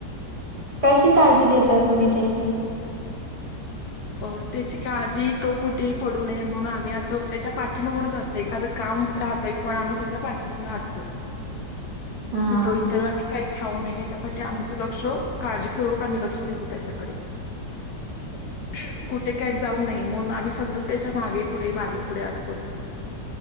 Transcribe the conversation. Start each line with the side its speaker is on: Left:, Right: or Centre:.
Right: कशी काळजी घेता तुम्ही त्याची?
Left: अ त्याची काळजी तो कुठेही पडू नये म्हणून आम्ही असं त्याच्या पाठीिमा म्हूनच असतो. एखादं काम राहतय पण आम्ही त्याचा पाठिंबा असतो
Right: हां,
Left: तो इतर. काही खाऊ नये या त्यासाठी आमचं लक्ष काळजीपूर्वक आम्ही लक्ष देतो त्याच्याकडे. <unintelligible> कुठे काही जाऊ नये म्हणून आम्ही सतत त्यांच्या मागे पुढे, मागे पुढे असतो.